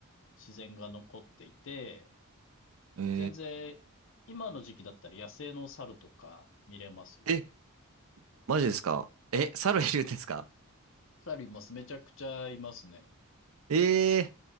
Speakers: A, on the left; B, on the right.
A: 自然が残っていて、
B: え
A: 全然今の時期だったら野生の猿とか見れますよ。
B: ー、え、マジですかえ、猿いるんですか
A: 猿います。めちゃくちゃいますね。
B: えー、